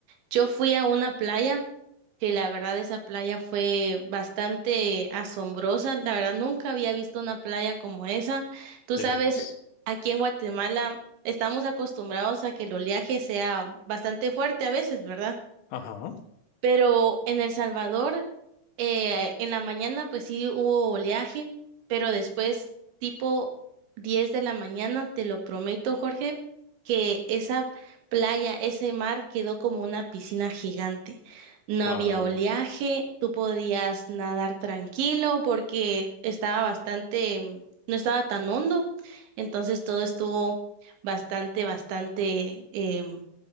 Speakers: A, on the right; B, on the left.
A: Yo fui a una playa, que la verdad esa playa fue bastante asombrosa. La verdad nunca había visto una playa como esa. Tú
B: De
A: sabes,
B: veras.
A: aquí en Guatemala estamos acostumbrados a que el oleaje sea bastante fuerte a veces, ¿verdad?
B: Ajá.
A: Pero en El Salvador, eh, en la mañana, pues sí hubo oleaje, pero después, tipo 10 de la mañana, te lo prometo, Jorge, que esa playa, ese mar quedó como una piscina gigante. No
B: Wow.
A: había oleaje, tú podías nadar tranquilo porque estaba bastante, mm, no estaba tan hondo, entonces todo estuvo bastante, bastante em,